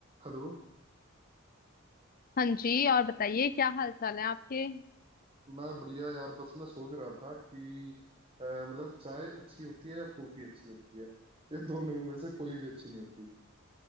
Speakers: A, on the right; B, on the left.
A: Hello
B: हाँ जी और बताइए क्या हाल चाल है आपके
A: मैं बढ़िया यार बस मैं सोच रहा था कि अ, मतलब चाय अच्छी होती है या कॉफी अच्छी होती है ये दोनों में से कोई भी अच्छी नहीं होती